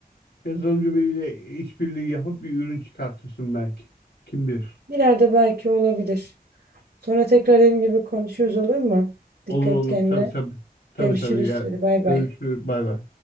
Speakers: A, on the left (about 85°); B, on the right (about 85°).
A: yazılımcı biriyle işbirliği yapıp bir ürün çıkartırsın belki. Kim bilir.
B: İleride belki olabilir. Sonra tekrar dediğim gibi konuşuruz olur mu? Dikkat
A: Olur olur.
B: kendine.
A: Tabii tabii. Tabii
B: Görüşürüz.
A: tabii yani.
B: Hadi bay
A: Görüşürüz.
B: bay.
A: Bay bay.